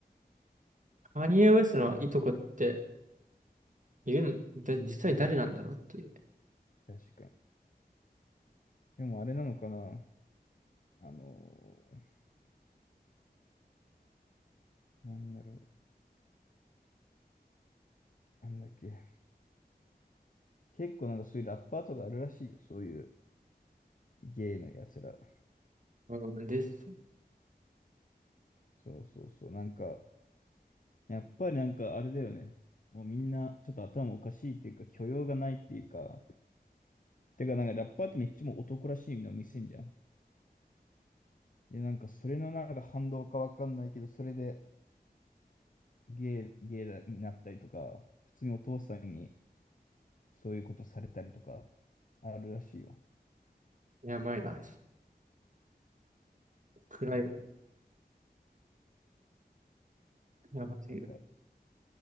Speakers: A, on the right; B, on the left.
A: カニエ・ウェスのいとこって、いるのだ、実際誰なんだろうっていう。
B: 確かに。でもあれなのかな。あのーなんだろう。なんだっけ。結構なんかそういうラッパーとかあるらしいよ。そういうゲイのやつら。
A: うん、です。
B: そうそうそう。なんか、やっぱりなんかあれだよね。もうみんなちょっと頭おかしいっていうか、許容がないっていうか。てかなんかラッパーってめっちゃもう男らしいの見せんじゃん。で、なんかそれのなんか反動かわかんないけど、それでゲイ、ゲイだになったりとか、普通にお父さんにそういうことされたりとか、あるらしいよ。
A: やばいな。ちょっと暗いわ。
B: そうそうそう。
A: やばすぎる。
B: だから、